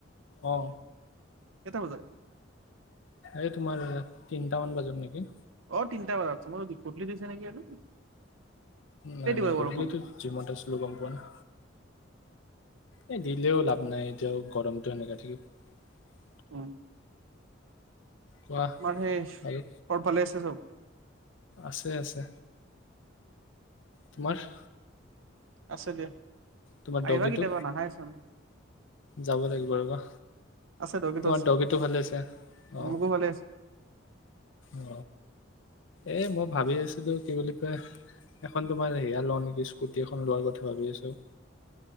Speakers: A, on the left; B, on the right.
A: অ'
B: কেইটা বজাত?
A: এই তোমাৰ দ তিনটামান বাজাত নেকি!
B: অ' তিনিটা বজাতছে মই গধূলি দিছে নেকি আৰু
A: নাই-
B: তেতিয়া দিব
A: নাই গধূিলেতো
B: বৰষুণ
A: জিমত আছিল গম পোৱা নাই। এ দিলেও লাভ নাই এতিয়াও গৰমতটো সেনেকা থাকিব।
B: হয়।
A: কোৱা
B: তোমাৰ সেই
A: আৰু
B: ঘৰ ভালে আছে চব
A: আছে আছে তোমাৰ
B: আছে দিয়া
A: তোমাৰ
B: আহিবা
A: ডগীটো
B: কেতিয়াবা নাহাইচোন
A: যাব লাগিব ৰবা
B: আছে
A: তোমাৰ
B: আছে।
A: ডগীটো ভালে আছে অ
B: মোকো ভালে আছে
A: অ এ মই ভাবি আছিলো কি বুলি কয় এখন তোমাৰ হেয়া লওঁ নেকি স্কুটি এখন লোৱাৰ কথা ভাবি আছো